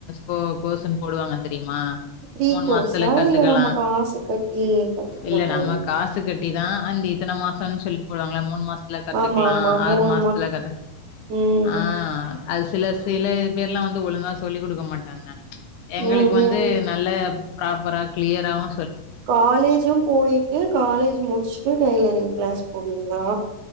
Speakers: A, on the left; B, on the right.
A: கோ கோர்ஸ்ஸுன் போடுவாங்க தெரியுமா
B: ப்ரீ
A: மூணு
B: கோர்ஸா
A: மாசத்துல கத்துக்கலா
B: இல்ல நம்ம காசு கட்டி கத்துக்கிற
A: இல்ல
B: மாரியா
A: நம்ம காசு கட் டி தா அன்ட் இத்தன மாசம்னு சொல்லிட் போடுவாங்கள்ள மூணு மாச த்துல கத்துக்கலா
B: ஆமா ஆமா
A: ஆறு
B: மூணு
A: மாசத்துல கத்துக்
B: ம்
A: ஆஹ் அது சில சில பேர்லா வந்து ஒழுங்கா சொல்லி குடுக்க மாட்டாங்க எங்களுக்கு
B: ம்
A: வந்து
B: ம்
A: நல்ல ப்ராப்பரா க்ளியராவு
B: காலேஜும் போயிட்டு காலேஜ் முடிச்சுட்டு டெய்லரிங் கிளாஸ் போவீங்களா